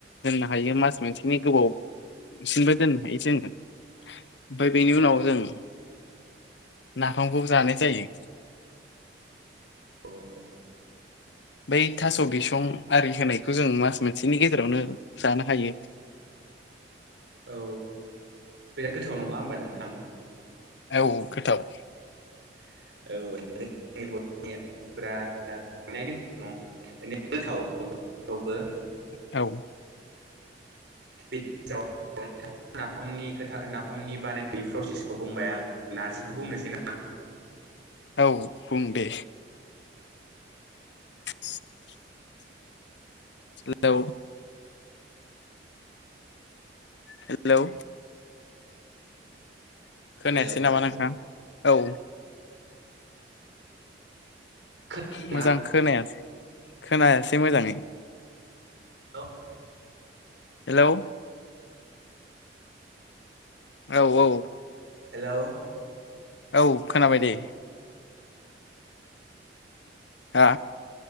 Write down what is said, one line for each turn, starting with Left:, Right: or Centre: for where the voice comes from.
Left: दोननो हायो मास मोनसेनि गोबावसिनबो दोननो हायो जोङो। ओमफाय बेनि
Right: औ
Left: उनाव
Right: औ
Left: जों नाफामखौ जानाय जायो।
Right: अ अ।
Left: बै थास' बिसं आरि होनायखौ जों मास मोनसेनि गेजेरावनो जानो हायो।
Right: औ बिराद गोथाव नङा होमबा नोंथां?
Left: औ गोथाव।
Right: औ <unintelligible>
Left: औ।
Right: <unintelligible> नाफामनि खोथा नाफामनि बानायनाय प्रसेसखौ बुंबाय आं नारजिखौ बुंनोसै ना?
Left: औ बुं दे <inaudible> हेलौ हेलौ खोनायासै
Right: हेलौ
Left: नामा नोंथां? औ
Right: हेलौ
Left: मोजां खोनायासै। खोनायासै मोजाङै।
Right: हेलौ
Left: हेलौ औ औ।
Right: हेलौ
Left: औ खोनाबाय दे। हा